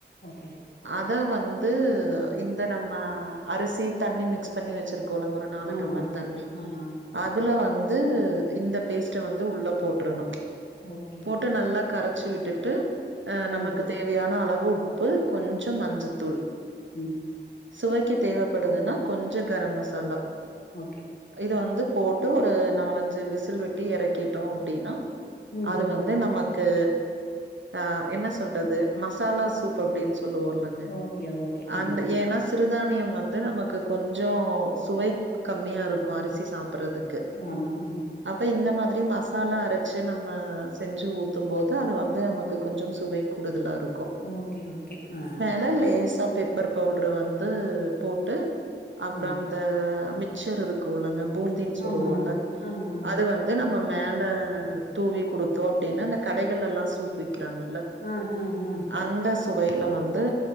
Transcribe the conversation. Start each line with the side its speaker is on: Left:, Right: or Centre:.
Left: ஓகே
Right: அத வந்து இந்த நம்ம அரிசி தண்ணி மிக்ஸ் பண்ணி வச்சுருக்கோன்லங்க ஒரு நாலு
Left: ஆமா
Right: டம்ளர் தண்ணி
Left: ஆமா
Right: அதுல வந்து இந்த பேஸ்ட்ட வந்து உள்ள போட்ரணு
Left: ஓகே
Right: போட்டு நல்லா கரச்சு விட்டுட்டு அ நமக்குத்
Left: ம்
Right: தேவையான அளவு உப்பு கொஞ்ச மஞ்சத்தூள்
Left: ம்
Right: சுவைக்கி தேவப்படுதுன்னா கொஞ்ச கரம் மசாலா
Left: ஓகே
Right: இது வந்து போட்டு ஒரு நாலஞ்சு விசில் விட்டு எறக்கிட்டோ அப்டின்னா
Left: ம்
Right: அது வந் த்து நமக்கு அ என்ன சொல்றது மசாலா சூப் அப்டின் சொல்லுவோல்ல
Left: ஓகே ஓகே
Right: அந்த
Left: ம்
Right: ஏனா சிறுதானியம் வந்து நமக்கு கொஞ்சோ சுவை கம்மியா இருக்கு அரிசி சாப்புறதுக்
Left: ஆமா ஆமா
Right: அப்ப இந்த மாதிரி மசாலா அரச்சி நம்ம செஞ்சு ஊத் தும் போது அது வந்து நமக்கு கொஞ்சம் சுவை கூடுதலாருக்
Left: ஓகே ஓகே அ
Right: கில லேசா பெப்பர் பவுட்ரு வந்து போட்டு அப்றோ
Left: ஆ
Right: அந் த மிச்சர் இருக்குல்லங்க பூந்தின் சொல்லுவோல்ல
Left: ஆமா ஆமா
Right: அது வந் து நம்ம மேல தூவி குடுத்தோ அப்டின்னா அந்த கடைகளெல்லா சூப் விக்கிறாங்கல்ல
Left: ஆ ஆ ஆ
Right: அந்த சுவையில வந்து